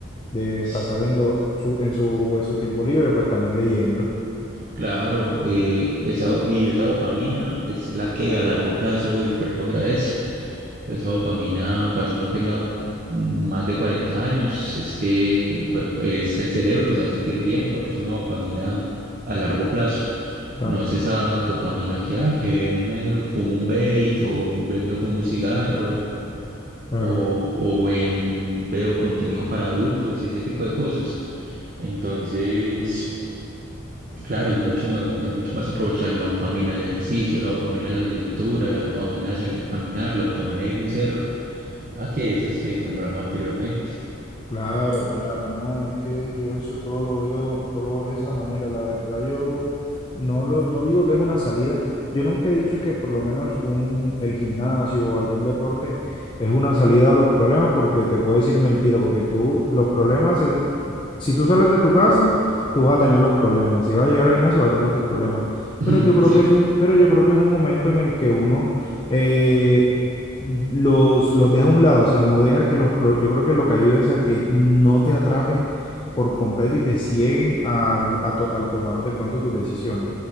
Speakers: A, on the left; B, on the right.
A: de
B: Sí,
A: pasar en, lo, su, en, su, en su tiempo libre, pues también leyendo.
B: Claro, eh, esa, y esa dopamina es la que a largo plazo el cuerpo agradece. Esa dopamina, cuando uno tenga más de 40 años, es que el cuerpo, es que el cerebro se va a sentir bien porque es una dopamina a largo plazo.
A: Claro,
B: No es esa dopamina que, ah, que ven, me fumo un vape o ven, me fumo un cigarro
A: claro.
B: o, o ven, veo contenido para adultos y ese tipo de cosas. Entonces... Claro, es mucho mejor, es mucho más aprovechar la dopamina al ejercicio, la dopamina a la lectura, la dopamina a salir a caminar, la dopamina a ir a un cerro, a que esas que nombramos anteriormente.
A: Claro, claro, no, es que yo eso todo lo veo, todo lo veo de esa manera. La verdad, yo no lo, no digo que es una salida. Yo nunca he dicho que por lo menos un, el gimnasio o algún deporte es una salida a los problemas, porque te puedo decir mentira, porque tú, los problemas, si tú sales de tu casa, tú vas a tener los problemas. Si vas a llegar al gimnasio, vas a tener tus problemas.
B: <laughs>
A: Pero yo creo
B: Sí,
A: que es un, pero yo creo que es un momento en el que uno eh, los, los deja a un lado. O sea, no deja que los... pro- Yo creo que lo que ayuda es a que no te atrapen por completo y te cieguen al, a to- al tomar de pronto tus decisiones.